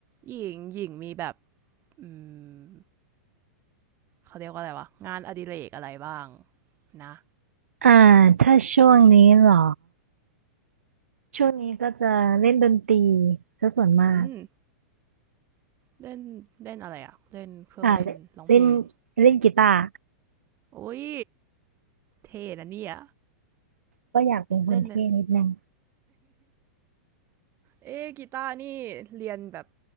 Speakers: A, on the right (about 35°); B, on the right (about 80°).
A: หญิงหญิงมีแบบอืมเขาเรียกว่าอะไรวะ งานอดิเรกอะไรบ้างนะ
B: อ่าถ้าช่วงนี้เหรอช่วงนี้ก็จะเล่นดนตรีซะส่วนมาก
A: อืมเล่นเล่นอะไรอะเล่นเครื่องเล่นร้องเพลง
B: อ่าเล่นเล่นกีตาร์
A: โอ้ย เท่นะเนี่ย
B: ก็อยากเป็นคนเท่นิดนึง
A: เล่นเนี่ยเอ๊ะกีตาร์นี่ เรียนแบบ